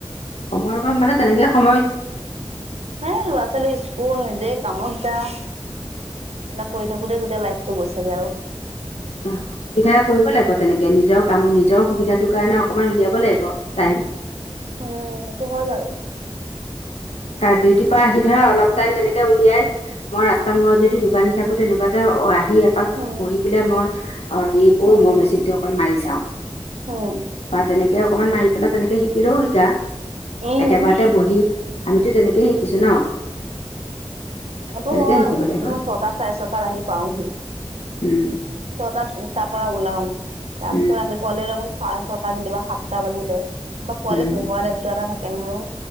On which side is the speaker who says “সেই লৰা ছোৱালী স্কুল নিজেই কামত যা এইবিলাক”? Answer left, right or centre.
Right